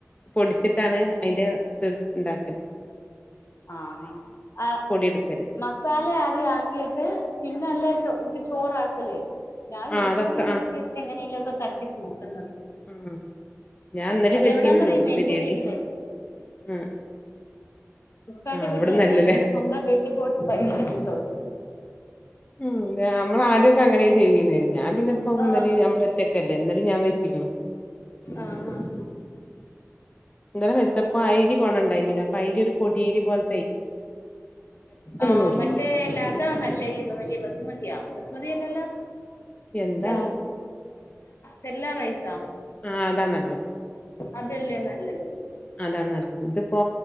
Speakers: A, on the left (about 25°); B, on the left (about 55°).
A: പൊടിച്ചിട്ട ട്ടാണ് അയ്ന്റെ ഇത് ഇണ്ടാക്ക
B: അ ആഹ ഹ ആ
A: എടുക്കല്
B: മസാല ല ആക്കിട്ട് പിന്നെല്ലേ ചോ ഈ ചോറാക്കല് ഞാൻ
A: ആ
B: യൂട്യൂബില്
A: അതൊക്കെ
B: നോക്കിയൊക്കെ
A: ആ
B: എങ്ങനെലൊക്കെ തട്ടി കൂട്ടുന്നത്
A: ആ ഞാൻ ഇന്നലിം
B: അതെവിടാന്നറിയാമോ
A: വെച്ചിന്നു ചോറ്
B: എന്റെ
A: ബിരിയാണി
B: വീട്ടില്
A: ആ
B: ക്കാന്റെ
A: ആ
B: വീട്ടിലല്ല
A: ഇവിടന്നല്ലല്ലേ
B: എന്റെ സ്വന്തം വീട്ടി പോയിട്ട് പരീക്ഷിച്ചിട്ടോന്നൂ
A: മ് ഞമ്മളാദ്യൊക്കെ അങ്ങനെ ചെയ്തിന്നെ ഞാൻ പിന്നെപ്പ ഇന്നലിം
B: ആഹ്
A: ഞമ്മള് ഒറ്റക്കല്ലേ ഇത് ഞാൻ വെച്ച്ക്ക്ണ്
B: ആഹ് ആഹ്
A: ഇന്നലെ വെച്ചപ്പോ അയ്രി കൊണണ്ടായ്ല അപ്പൊ അയ്രൊരു പൊടിയരി പോലെ
B: ആ
A: നുറുങ്ങി
B: മറ്റേല്ല അതാ നല്ല രീ തോന്ന് ബസുമതിയൊ ബസ്മതിയല്ലല്ലോ
A: എന്താ
B: സെൽ സെല്ലാ റൈസോ
A: ആഹ് അതാ നല്ലത്.
B: അതല്ലേ നല്ലത്.
A: അതാണ് നല്ലത്. ഇതിപ്പോ